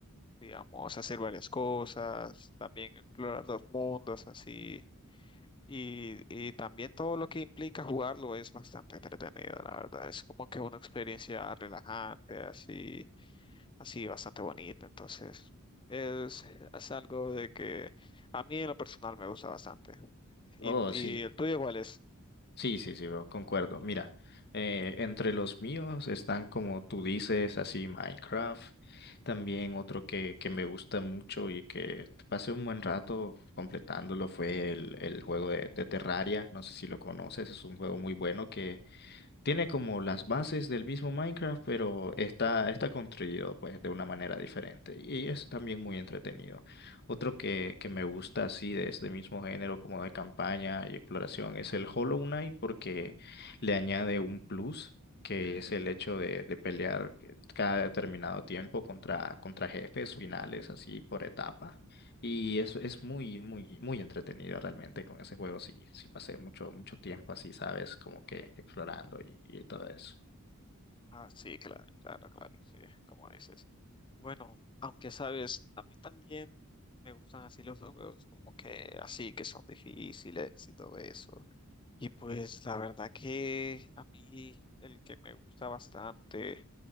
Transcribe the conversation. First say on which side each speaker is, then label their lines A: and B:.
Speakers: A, on the left; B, on the left.
A: digamos, hacer varias cosas, también explorar los mundos, así. Y, y también todo lo que implica jugarlo es bastante entretenido, la verdad. Es como que una experiencia relajante, así así bastante bonito. Entonces, es, es algo de que a mí en lo personal me gusta bastante. ¿Y,
B: Oh,
A: y
B: sí.
A: el tuyo cuál es?
B: Sí, sí, sí, bro, concuerdo. Mira, eh, entre los míos están como tú dices, así Minecraft. También otro que, que me gusta mucho y que pasé un buen rato completándolo fue el, el juego de, de Terraria. No sé si lo conoces, es un juego muy bueno que Tiene como las bases del mismo Minecraft, pero está, está construido pues de una manera diferente y es también muy entretenido. Otro que, que me gusta así de este mismo género como de campaña y exploración es el Hollow Knight porque le añade un plus que es el hecho de, de pelear eh, cada determinado tiempo contra, contra jefes finales así por etapa. Y eso es muy, muy, muy entretenido realmente con ese juego. Sí, sí pasé mucho, mucho tiempo así, ¿sabes? Como que explorando y, y todo eso.
A: Ah, sí, claro, claro, claro, sí, como dices. Bueno, aunque sabes, a mí también me gustan así los juegos, como que así, que son difíciles y todo eso. Y pues la verdad que a mí el que me gusta bastante